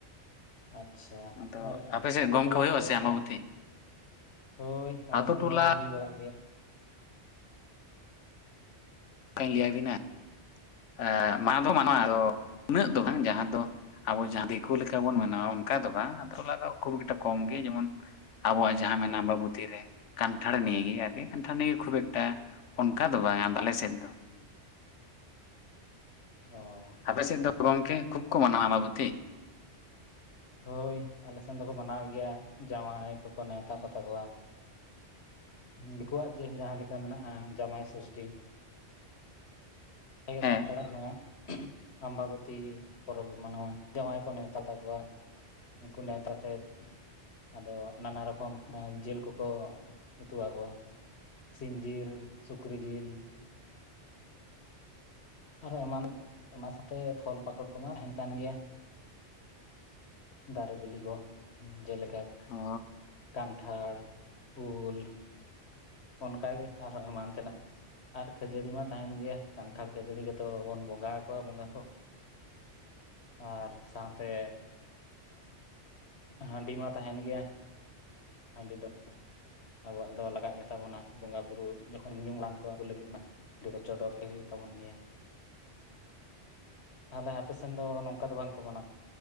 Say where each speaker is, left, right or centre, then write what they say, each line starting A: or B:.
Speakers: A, on the left (about 65°); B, on the left (about 80°).
A: ᱟᱪᱪᱷᱟ
B: ᱟᱫᱚ
A: ᱟᱨ
B: ᱟᱯᱮ ᱥᱮᱫ
A: ᱟᱹᱛᱩ
B: ᱜᱚᱢᱠᱮ
A: ᱴᱚᱞᱟ
B: ᱦᱩᱭᱩᱜᱼᱟ
A: ᱠᱚᱨᱮ ᱫᱚ
B: ᱥᱮ
A: ᱵᱟᱠᱚ
B: ᱟᱢᱵᱟᱵᱚᱛᱤ
A: ᱢᱟᱱᱟᱣ? ᱦᱳᱭ ᱟᱞᱮᱥᱮᱱ
B: ᱟᱛᱳ ᱴᱚᱞᱟ
A: ᱫᱚ ᱦᱩᱭ ᱵᱟᱲᱟᱜ ᱜᱮᱭᱟ᱾
B: ᱚᱠᱟᱧ ᱞᱟᱹᱭᱟᱵᱤᱱᱟ ᱟᱻ ᱢᱟ ᱫᱚ ᱢᱟᱱᱣᱟ, ᱟᱫᱚ ᱩᱱᱟᱹᱜ ᱫᱚ ᱵᱟᱝ᱾ ᱡᱟᱦᱟᱸ ᱫᱚ ᱟᱵᱚ ᱡᱟᱦᱟᱸ ᱫᱤᱠᱩ ᱞᱮᱠᱟ ᱵᱚᱱ ᱢᱟᱱᱟᱣᱟ ᱚᱱᱠᱟ ᱫᱚ ᱵᱟᱝ ᱟᱫᱚ ᱫᱚ ᱠᱷᱩᱵ ᱮᱠᱴᱟ ᱠᱚᱢ ᱜᱮ ᱡᱮᱢᱚᱱ ᱟᱵᱚᱣᱟᱜ ᱡᱟᱦᱟᱸ ᱢᱮᱱᱟᱜ-ᱟ ᱟᱸᱵᱟᱵᱩᱛᱤ ᱨᱮ ᱠᱟᱱᱴᱷᱟᱲ ᱱᱤᱭᱮ ᱜᱮ ᱟᱨᱠᱤ᱾ ᱠᱟᱱᱴᱷᱟᱲ ᱱᱤᱭᱮ ᱠᱷᱩᱵ ᱮᱠᱴᱟ ᱚᱱᱠᱟ ᱫᱚ ᱵᱟᱝ ᱟᱫᱚ ᱟᱞᱮ ᱥᱮᱫ ᱫᱚ᱾
A: ᱚ
B: ᱟᱯᱮ
A: ᱟᱪᱪᱷᱟ
B: ᱥᱮᱫ ᱫᱚ ᱜᱚᱝᱠᱮ ᱠᱷᱩᱵ ᱠᱚ ᱢᱟᱱᱟᱣᱟ ᱟᱸᱵᱟᱵᱚᱛᱤ?
A: ᱦᱳᱭ ᱟᱞᱮ ᱥᱮᱫ ᱫᱚᱠᱚ ᱢᱟᱱᱟᱣ ᱜᱮᱭᱟ ᱡᱟᱶᱟᱭ ᱠᱚᱠᱚ ᱱᱮᱣᱛᱟ ᱠᱚ ᱛᱟᱠᱚᱣᱟ᱾ ᱫᱤᱠᱩᱣᱟᱜ ᱡᱮ ᱡᱟᱦᱟᱸ ᱞᱮᱠᱟ ᱢᱮᱱᱟᱜ-ᱟ ᱡᱟᱢᱟᱭ ᱥᱚᱥᱴᱤ᱾ ᱟᱞᱮ
B: ᱦᱮᱸ
A: ᱥᱟᱱᱛᱟᱲᱟᱜ ᱦᱚᱸ ᱟᱸᱵᱟᱵᱚᱛᱤ ᱯᱚᱨᱚᱵᱽ ᱞᱮ ᱢᱟᱱᱟᱣᱟ, ᱡᱟᱶᱟᱭ ᱠᱚ ᱱᱮᱣᱛᱟ ᱠᱟᱠᱚᱣᱟ᱾ ᱩᱱᱠᱩ ᱱᱮᱣᱛᱟ ᱛᱮ ᱟᱫᱚ ᱱᱟᱱᱟ ᱨᱚᱠᱚᱢ ᱮᱸ ᱡᱮᱹᱞ ᱠᱚᱠᱚ ᱩᱛᱩ ᱟᱠᱚᱣᱟ᱾ ᱥᱤᱢ ᱡᱤᱞ, ᱥᱩᱠᱨᱤ ᱡᱤᱞ᱾ ᱟᱨᱚ ᱮᱢᱟᱱ ᱚᱱᱟ ᱥᱟᱛᱮ ᱯᱷᱚᱞ ᱯᱟᱠᱚᱲ ᱠᱚᱢᱟ ᱛᱟᱦᱮᱱ ᱠᱟᱱ ᱜᱮᱭᱟ᱾ ᱫᱟᱨᱮ ᱵᱤᱞᱤ ᱠᱚ ᱡᱮᱞᱮ ᱞᱟᱠ,
B: ᱚ
A: ᱠᱟᱱᱴᱷᱟᱲ, ᱩᱞ, ᱚᱱᱠᱟᱜᱮ ᱟᱨᱦᱚᱸ ᱮᱢᱟᱱ ᱛᱮᱱᱟᱜ᱾ ᱟᱨ ᱠᱷᱟᱹᱡᱟᱹᱲᱤ ᱢᱟ ᱛᱟᱦᱮᱱ ᱜᱮᱭᱟ, ᱠᱟᱱᱴᱷᱟᱲ ᱠᱷᱟᱹᱡᱟᱹᱲᱤ ᱜᱮᱛᱚ ᱵᱚᱱ ᱵᱚᱸᱜᱟ ᱟᱠᱚᱣᱟ ᱵᱚᱸᱜᱟ ᱠᱚ᱾ ᱟᱨ ᱥᱟᱶᱛᱮ ᱦᱟᱺᱰᱤ ᱢᱟ ᱛᱟᱦᱮᱱ ᱜᱮᱭᱟ᱾ ᱦᱟᱺᱰᱤ ᱫᱚ ᱟᱵᱚᱣᱟᱜ ᱫᱚ ᱞᱟᱜᱟᱜ ᱜᱮᱛᱟ ᱵᱚᱱᱟ ᱵᱚᱸᱜᱟ ᱵᱩᱨᱩ ᱡᱚᱠᱷᱚᱱ ᱧᱩᱢ ᱵᱟᱝ ᱠᱚ ᱟᱹᱜᱩ ᱞᱟᱹᱜᱤᱫ ᱢᱟ᱾ ᱚᱸᱰᱮ ᱫᱚ ᱪᱚᱰᱚᱨ ᱛᱮ ᱦᱩᱭᱩᱜ ᱛᱟᱵᱚᱱ ᱜᱮᱭᱟ᱾
B: <inaudible>
A: ᱛᱟᱦᱞᱮ ᱟᱯᱮ ᱥᱮᱱ ᱫᱚ ᱱᱚᱝᱠᱟ ᱫᱚ ᱵᱟᱝᱠᱚ ᱢᱟᱱᱟ?